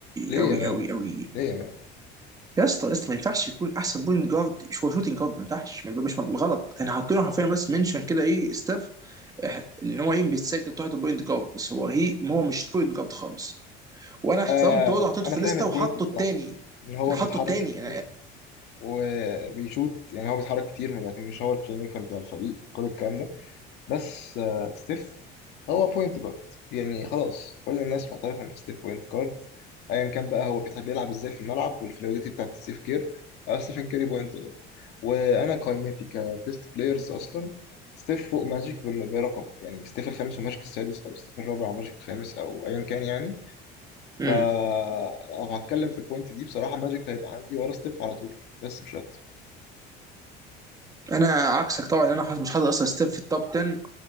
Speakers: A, on the left; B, on the right.
A: ليه
B: قوي
A: يا مان
B: قوي قوي
A: ليه يا مان
B: يا اسطى يا اسطى ما ينفعش يكون احسن بوينت جارد هو شوتنج جارد ما ينفعش ما- مش غلط احنا حاطينه حرفيا بس منشن كده ايه ستاف ان هو ايه بيتسجل تحت بوينت جارد بس هو هي هو مش بوينت جارد خالص وانا احترمت
A: آه
B: برضه حطيته
A: انا
B: في
A: فاهم
B: ليسته
A: البوينت
B: وحطه
A: بتاعته
B: التاني
A: ان هو
B: حطه
A: بيتحرك
B: التاني
A: كتير وبيشوت يعني هو بيتحرك كتير ما بيعتمد- مش هو البلاي ميكر بتاع الفريق كل الكلام ده بس آه ستيف هو بوينت جارد يعني خلاص كل الناس معترفه ان ستيف بوينت جارد ايا كان بقى هو بيتحب يلعب ازاي في الملعب والفلويدتي بتاعت ستيف كير آه ستيفن كيري بوينت جارد وانا قائمتي كبيست بلايرز اصلا ستيف فوق ماجيك بم- برقم يعني ستيف الخامس وماجيك السادس او ستيف الرابع وماجيك الخامس او ايا كان يعني
B: امم
A: فلو هتكلم في البوينت دي بصراحة ماجيك هيبقى عندي ورا ستيف على طول بس مش أكتر
B: انا عكسك طبعا انا حاطط مش حاطط اصلا ستيف في التوب 10